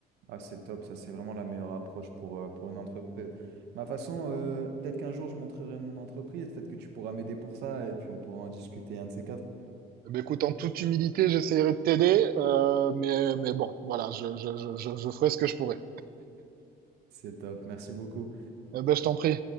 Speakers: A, on the right (about 80°); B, on the right (about 60°).
A: Ah, c'est top, ça, c'est vraiment la meilleure approche pour, euh, pour une entreprise. Ma façon, euh, peut-être qu'un jour, je montrerai mon entreprise, peut-être que tu pourras m'aider pour ça et puis on pourra en discuter un de ces quatre.
B: Mais écoute, en toute humilité, j'essaierai de t'aider, euh, mais, mais bon, voilà, je, je, je, je, je ferai ce que je pourrai.
A: C'est top, merci beaucoup.
B: Eh ben, je t'en prie.